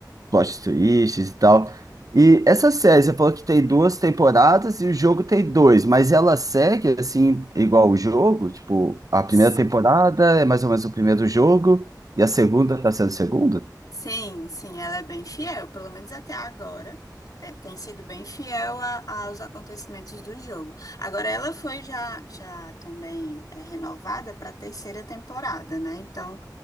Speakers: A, on the right; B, on the left.
A: plot twists e tal. E essa série, você falou que tem duas temporadas e o jogo tem dois, mas ela segue assim, igual o jogo? Tipo, a primeira
B: É.
A: temporada é mais ou menos o primeiro jogo, e a segunda tá sendo o segundo?
B: Sim, sim, ela é bem fiel, pelo menos até agora. Tem, tem sido bem fiel a- aos acontecimentos do jogo. Agora, ela foi já, já também é, renovada para a terceira temporada, né? Então,